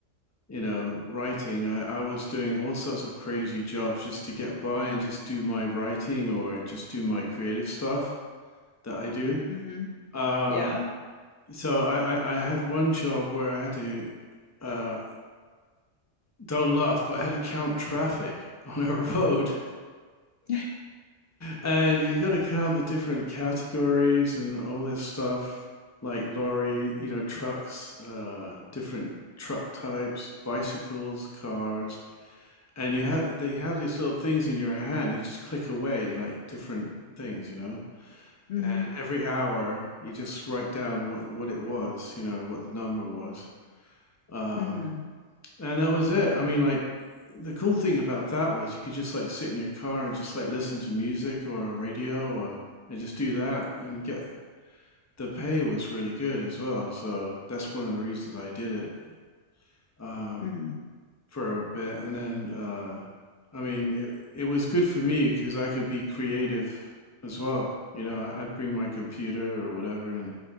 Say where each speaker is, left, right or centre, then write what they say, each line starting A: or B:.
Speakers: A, on the left; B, on the left.
A: you know, writing, I, I was doing all sorts of crazy jobs just to get by and just do my writing or just do my creative stuff that I do.
B: Mm-hmm.
A: Um,
B: Yeah.
A: so I, I, I had one job where I had to, uh, don't laugh, but I had to count traffic <laughs> on a road.
B: <laughs>
A: And you got to count the different categories and all this stuff, like lorry, you know, trucks, uh, different truck types, bicycles, cars, and you have that you have these little things in your hand. You just click away like different things, you know.
B: Mm-hmm.
A: And every hour, you just write down what what it was, you know, what the number was. Um,
B: Mm-hmm.
A: and that was it. I mean, like the cool thing about that was you could just like sit in your car and just like listen to music or radio or and just do that and get the pay was really good as well. So that's one of the reasons I did it um,
B: Mm-hmm.
A: for a bit. And then uh, I mean, it, it was good for me because I could be creative as well. You know, I, I'd bring my computer or whatever in